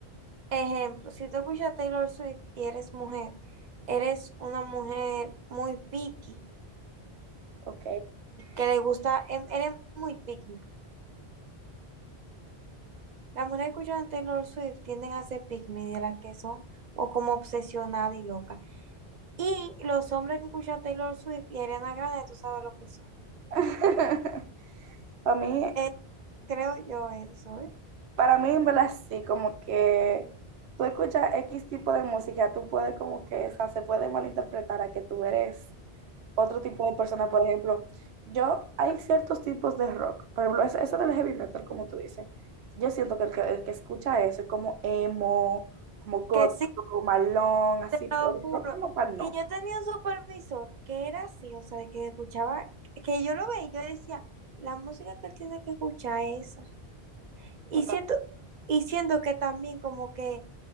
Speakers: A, on the right; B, on the right.
A: Ejemplo, si tú escuchas Taylor Swift y eres mujer, eres una mujer muy picky,
B: ¿ok?
A: que le gusta, em- eres muy picky. Las mujeres que escuchan Taylor Swift tienden a ser picky, de las que son o como obsesionada y loca. Y los hombres que escuchan Taylor Swift y Ariana Grande, tú sabes lo que son.
B: <laughs> Para mí,
A: Eh, creo yo eso, ¿eh?
B: Para mí, en verdad, sí, como que tú escuchas X tipo de música, tú puedes como que, o sea, se puede malinterpretar a que tú eres otro tipo de persona. Por ejemplo, yo, hay ciertos tipos de rock, por ejemplo, eso, eso del heavy metal, como tú dices, yo siento que el que, el que escucha eso es como emo, como gótico,
A: Que
B: malón, así,
A: Te lo
B: pero el
A: juro.
B: rock como tal,
A: Y
B: no.
A: yo tenía un supervisor que era así, o sea, de que escuchaba, que yo lo veía y yo decía, la música que él tiene que escuchar es esa. Y
B: Total.
A: siento, y siento que también como que,